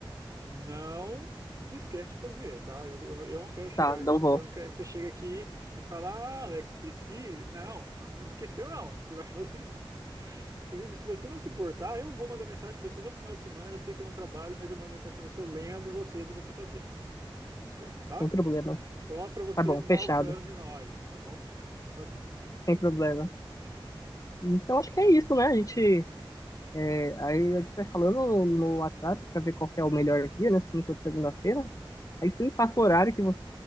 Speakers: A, on the right (about 40°); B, on the left (about 40°).
A: Não esquece de fazer, tá? Eu, eu, eu não quero chegar,
B: Tá, não vou,
A: eu não quero que você chegue aqui e fale, ah, Alex, esqueci. Não, não não esqueceu, não. <laughs> Você vai fazer. <laughs> Inclusive, se você não se importar, eu vou mandar mensagem para você no final de semana. Eu sei que eu não trabalho, mas eu mando mensagem para você, eu lembro você de você fazer essas coisas, tá?
B: sem problemas.
A: Só para você
B: Tá bom,
A: não
B: fechado,
A: dar o cano em nós, tá bom? Fazer.
B: sem problema. Então acho que é isso, né? A gente, é, aí a gente vai falando no no WhatsApp para ver qual que é o melhor dia, né? Se não for de segunda-feira. Aí você me passa o horário que você